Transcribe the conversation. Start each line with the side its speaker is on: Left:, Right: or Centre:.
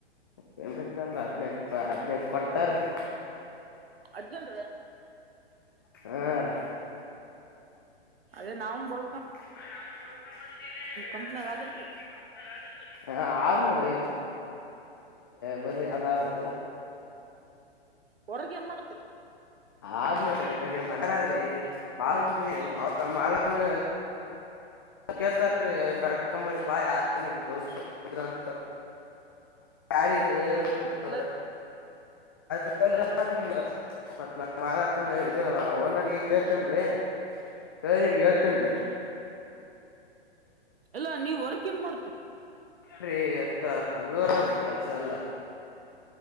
Left: ಪೇಮೆಂಟ್ ಅಂದ್ರೆ ಹದ್ನೆಂಟು ಹದನೈದು ಕೊಡ್ತಾರೀ
Right: ಅಜ್ಜಂಟದ
Left: ಹಾ ರೀ
Right: ಅದೇ ನಾವವುನ್ ಬರ
Left: <unintelligible> <inaudible>
Right: ಕಂಪ್ನಾಗ ಆದಲ್ರಿ
Left: ನೋಡ್ರಿ ಬ ಬರ್ರ ಅದಲ್ಲ
Right: ಹೊರ್ಗೆ ಎ ಮಾಡ್ತೀರಿ
Left: ಆದ್ ನೋಡ್ರಿ ಬರ ಮನರಾದ್ರಿ ಬಾಮಜಿ ಮಾಲಕನ ಕೇಳ್ತಾರೀ ಕರ್ಕಂಬರಿ ಬಾ ಯಾರ ನಿಮ್ ದೋಸ್ರು್ರಂತ ಯಾರ ಹೇಳ
Right: ಇಲ್ಲ
Left: ಇಲ್ಲ ನಿಮ್ ಮತ್ ನ ಮಾಲ್ಕ್ನ ಇ ಓನರ್ಗೆ ಕೇಳ್ತೇನರಿ ಕ ನಿಮ್ಗೆ ಹಳ್ತ್ತೇನ್
Right: ಎಲ್ಲಾ ನೀವ್ ಹೊರಕ್ ಏನ್ ಮಾಡ್ತೇವೆ
Left: ನ್ರಿ ಎಷ್ಟ ಹಗೋರ ಆದ್ರಿ ಕೆಲ್ಸ ಎಲ್ಲ